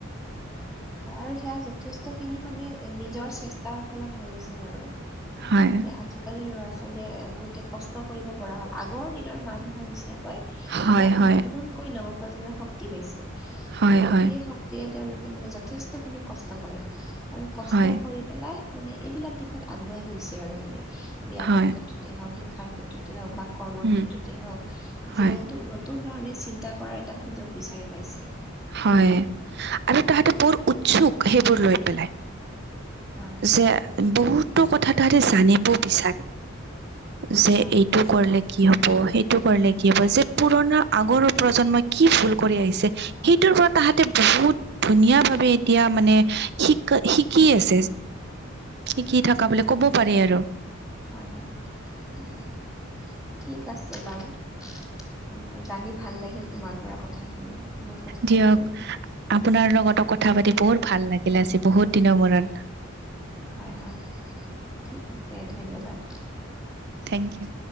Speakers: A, in the centre; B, on the right (about 55°).
A: হয় আৰু সেয়া যথেষ্ট খিনি মানে নিজৰ চেষ্টাৰ ফলত হৈ আছে। হৈ আছে বাৰু
B: হয়
A: আজিকালি কালি ল'ৰা ছোৱালীয়ে এ বহুতে কষ্ট কৰিব পৰা হ'ল, আগৰ দিনৰ মানুহৰ নিচিনাকৈ।
B: হয়
A: এতিয়া আকৌ
B: হয়
A: নতুনকৈ নৱপ্ৰজন্মই শক্তি পাইছে
B: হয়
A: আৰু
B: হয়
A: সেই শক্ত ক্তি তেওঁলোকে মানে যথেষ্টখিনি কষ্ট কৰে, আৰু কষ্ট
B: হয়
A: কৰি পেলাই মানে এইবিলাক দিশত আগুৱাই গৈছে আৰু মানে। ব্যায়ামৰ
B: হয়
A: ক্ষেত ক্ষেত্ৰতে হওঁক, শিক্ষাৰ ক্ষেত্ৰতে হওঁক বা কৰ্মৰ
B: উম
A: ক্ষেত্ৰতে হওঁক
B: হয়
A: জীৱনটোক নতু নতুন ধৰণে চিন্তা কৰাৰ এটা সুযোগ বিচাৰি পাইছে।
B: হয় আৰু তাহাঁতে বৰ উৎসুক সেইবোৰ লৈ পেলাই।
A: হয়
B: যে বহুতো কথা তাৰে জানিব বিচাৰে। যে
A: হয়
B: এইটো
A: হয়
B: কৰিলে কি হব? সেইটো কৰিলে কি হব? যে পুৰণা আগৰ প্ৰজন্মই কি ভুল কৰি আহিছে? সেইটোৰ পৰা তাহাঁতে বহুত ধুনীয়া ভাৱে এতিয়া মানে শিক শিকি আছে। শিকি থাকা বোলে ক'ব পাৰি আৰু।
A: হয়-হয়, উম। ঠিক আছে বাৰু। অ জানি ভাল লাগিল তোমাৰ পৰা কথাখিনি। বহুত কথা
B: দিয়ক
A: জানিলো
B: আপোনাৰ
A: অ
B: লগতো কথা পাতি বহুত ভাল লাগিল আজি বহুত দিনৰ মূৰত।
A: হয়-হয়, ঠিক আছে ধন্যবাদ।
B: Thank U.